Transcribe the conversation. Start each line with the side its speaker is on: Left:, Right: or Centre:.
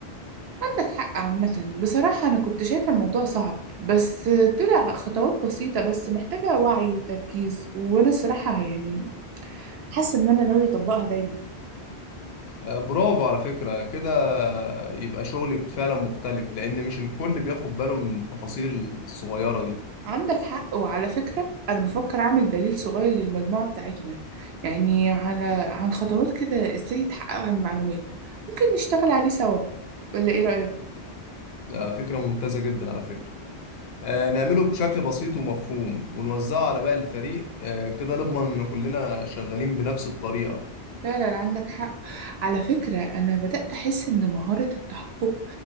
Right: عندك حق عامة بصراحة أنا كنت شايفة الموضوع صعب بس طلع خطوات بسيطة بس محتاجة وعي وتركيز وأنا الصراحة يعني حاسة إن أنا ناوية أطبقها دايما
Left: آه، برافو على فكرة كده يبقى شغلك فعلا مختلف لأن مش الكل بياخد باله من التفاصيل الصغيرة دي
Right: عندك حق وعلى فكرة أنا بفكر أعمل دليل صغير للمجموعة بتاعتنا يعني على عن خطوات كده إزاي يتحقق عن المعلومات ممكن نشتغل عليه سوا ولا إيه رأيك؟
Left: ده فكرة ممتازة جدا على فكرة آه نعمله بشكل بسيط ومفهوم ونوزعه على باقي الفريق آه كده نضمن إن كلنا شغالين بنفس الطريقة
Right: فعلا عندك حق على فكرة أنا بدأت أحس إن مهارة التحقق